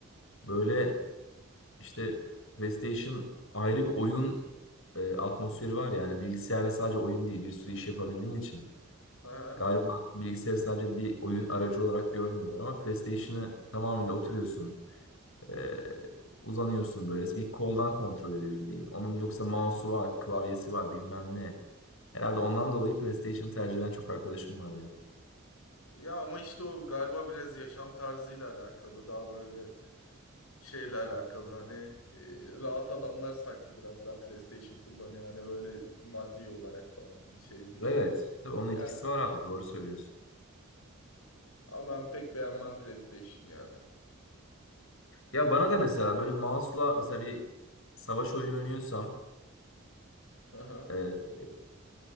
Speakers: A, on the left; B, on the left.
A: Böyle işte PlayStation ayrı bir oyun e, atmosferi var yani. Bilgisayarda sadece oyun değil. Bir sürü iş yapabildiğin için.
B: Ha.
A: Galiba bilgisayarı sadece bir oyun aracı olarak görmüyorlar ama PlayStation'ı tamamıyla oturuyorsun. e, uzanıyorsun böyle. Bir koldan kontrol edebildiğin. Onun yoksa mouse'u var, klavyesi var bilmem ne. Herhalde ondan dolayı PlayStation tercih eden çok arkadaşım var benim.
B: Ya ama işte o galiba biraz yaşam tarzıyla alakalı daha böyle şeyle alakalı hani e, rahat adamlar sanki biraz daha PlayStation kullanıyor hani böyle maddi olarak falan hani şey diyor.
A: Evet. Tabii onun etkisi
B: Yani
A: var abi. Doğru söylüyorsun.
B: ama ben pek beğenmem PlayStation yani.
A: Ya bana da mesela böyle mouse'la mesela bir savaş oyunu oynuyorsam
B: Aha.
A: e,